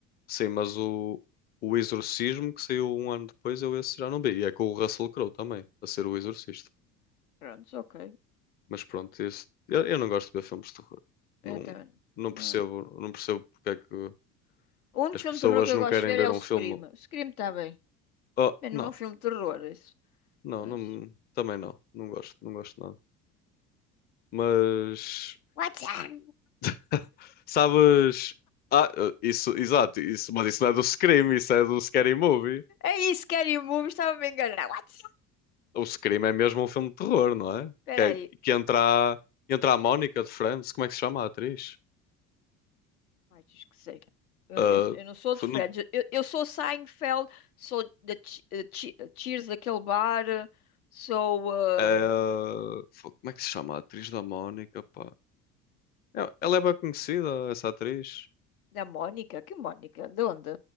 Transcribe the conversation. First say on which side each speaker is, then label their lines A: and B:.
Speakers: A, on the left; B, on the left.
A: sim, mas o, o Exorcismo, que saiu um ano depois, eu esse já não vi. E é com o Russell Crowe também, a ser o Exorcista.
B: Pronto, ok.
A: Mas pronto, esse- eu, eu não gosto de ver filmes de terror. Não,
B: Então,
A: não
B: não,
A: percebo,
B: é-
A: não percebo porque é que
B: O único
A: as
B: filme
A: pessoas
B: de terror que
A: não
B: eu gosto
A: querem
B: de ver
A: ver
B: é o
A: um filme.
B: Scream. O Scream está bem.
A: Oh,
B: Bem,
A: não,
B: não é um filme de terror, isso.
A: não,
B: Mas.
A: não, também não. Não gosto, não gosto nada. Mas
B: What's up?
A: <laughs> sabes? Ah, isso, exato, isso, mas isso não é do Scream, isso é do Scary Movie.
B: É isso, Scary Movie, estava-me a enganar. What's up?
A: O Scream é mesmo um filme de terror, não é?
B: Espera
A: Que, é-
B: aí.
A: que entra, a- entra a Mónica de Friends, como é que se chama a atriz?
B: Ai, diz que sei. Eu,
A: Ah,
B: eu, eu não sou
A: foi
B: de Friends.
A: no-
B: Eu, eu sou Seinfeld, sou da Che- eh, Che- eh, Cheers, daquele bar, sou ah,
A: ah, foi- como é que se chama a atriz da Mónica, pá? Não, ela é bem conhecida, essa atriz.
B: da Mónica. Que Mónica? De onde?